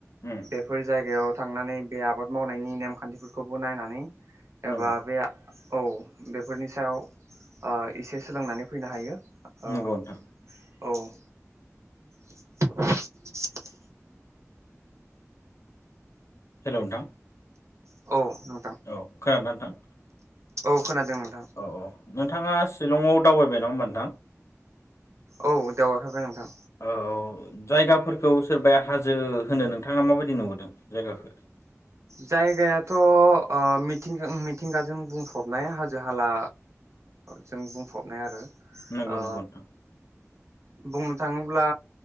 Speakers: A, on the left (about 65°); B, on the right (about 65°).
A: उम
B: बेफोर जायगायाव थांनानै बे आबाद मावनायनि नेम खान्थिफोरखौबो नायनानै एबा‌
A: नंगौ
B: बे औ बेफोरनि सायाव एसे सोलोंनानै फैनो हायो। ओ
A: नगौ नोंथां।
B: औ। <inaudible>
A: हेल'‌ नोंथां
B: औ नोंथां
A: औ <unintelligible> नोंथां
B: औ खोनादों नोंथां
A: औ औ नोंथाङा शिलंआव दावबाय नङा होमबा नोंथां
B: औ <unintelligible> नोंथां
A: औ औ जायगाफोरखौ सोरबाया हाजो होनो नोंथाङा माबायदि नुबोदों जायगाखौ
B: जायगायाथ' ओ मिथिंगा मिथिंगाजों बुंफबनाय हाजो हाला जों बुंफबनाय आरो
A: नंगौ
B: आ
A: नंगौ नोंथां
B: बुंनो थाङोब्ला